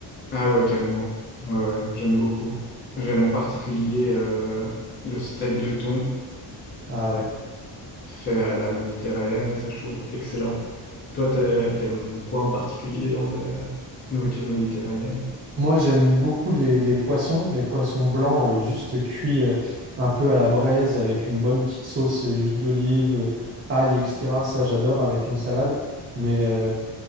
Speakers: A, on the left; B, on the right.
A: Ah ouais, carrément. Ouais, ouais, j'aime beaucoup. J'aime en particulier euh, le steak de thon
B: Ah ouais.
A: fait à la méditerranéenne, ça je trouve excellent. Toi, t'aimes t'aimes quoi en particulier dans la nourriture méditerranéenne?
B: Moi, j'aime beaucoup les, les poissons, les poissons blancs euh, juste cuits euh, un peu à la braise avec une bonne petite sauce euh, huile d'olive, euh, ail, etc. Ça, j'adore avec une salade. Mais, euh,